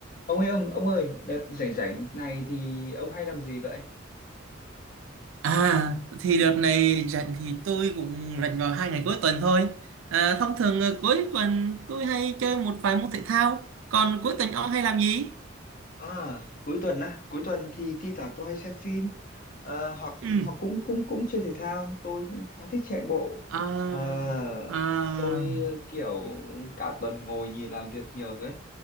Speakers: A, on the left; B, on the right.
A: Ông ơi ông, ông ơi, đợt rảnh rảnh này thì ông hay làm gì vậy?
B: À thì đợt này rảnh thì tôi cũng rảnh vào hai ngày cuối tuần thôi. À, thông thường ờ, cuối tuần tôi hay chơi một vài môn thể thao. Còn cuối tuần ông hay làm gì?
A: À, cuối tuần á, cuối tuần thì thi thoảng tôi hay xem phim ờ, hoặc
B: Ừ.
A: hoặc cũng cũng cũng chơi thể thao, tôi khá thích chạy bộ.
B: À,
A: Ờ,
B: à,
A: tôi ờ, kiểu cả tuần ngồi nhìn làm việc nhiều rồi ấy.